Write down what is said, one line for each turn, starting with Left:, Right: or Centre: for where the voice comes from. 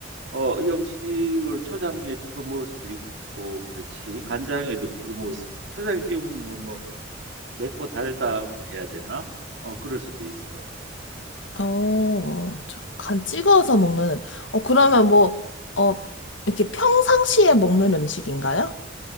Right: 어, 이 음식을 초장에 찍어 먹을 수도 있고, 그렇지. 간장에도 찍어 먹을 수 있어. 초장에 찍어 먹는 건 뭐, 맵고 달다고 해야 되나? 어, 그럴 수도 있어.
Left: 어, 저, 간 찍어서 먹는, 어, 그러면 뭐, 어, 이렇게 평상시에 먹는 음식인가요?